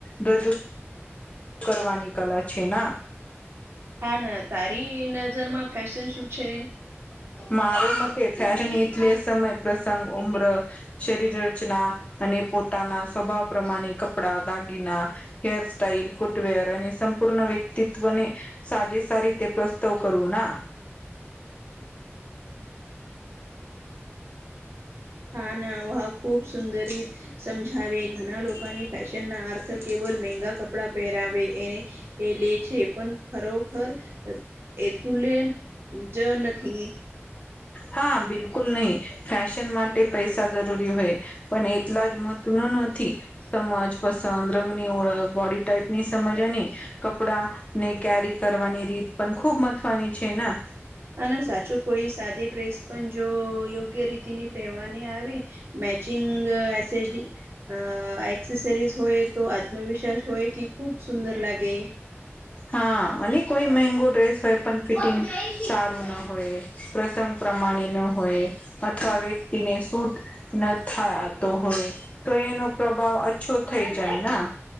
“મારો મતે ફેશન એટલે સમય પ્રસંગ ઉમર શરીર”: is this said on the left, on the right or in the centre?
Left